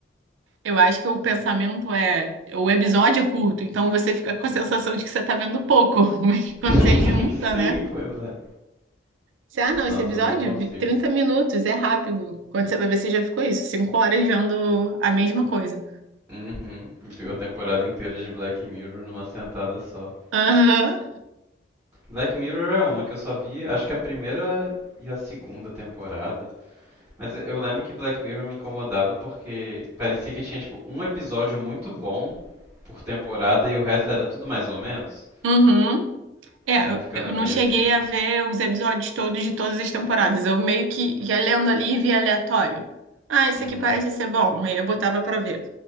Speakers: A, on the right; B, on the right.
A: Eu acho que o pensamento é. O episódio é curto, então você fica com a sensação de que você tá vendo pouco. <laughs> Mas quando
B: <laughs>
A: você junta,
B: Sim,
A: né?
B: pois é.
A: Você, ah, não,
B: Nossa,
A: esse episódio,
B: eu não consigo.
A: vi- 30 minutos, é rápido. Quando você vai ver, você já ficou isso, cinco horas vendo a mesma coisa.
B: Uhum, viu a temporada inteira de Black Mirror numa sentada só.
A: Aham,
B: Black Mirror é uma que eu só vi, acho que a primeira e a segunda temporada. Mas eu lembro que Black Mirror me incomodava porque parecia que tinha, tipo, um episódio muito bom por temporada e o resto era tudo mais ou menos.
A: uhum. É,
B: Aí
A: eu
B: eu ficava
A: eu não
B: meio
A: cheguei
B: assim.
A: a ver os episódios todos de todas as temporadas. Eu meio que ia lendo ali e via aleatório. Ah, esse
B: Uhum,
A: aqui parece ser bom. Aí eu botava pra ver.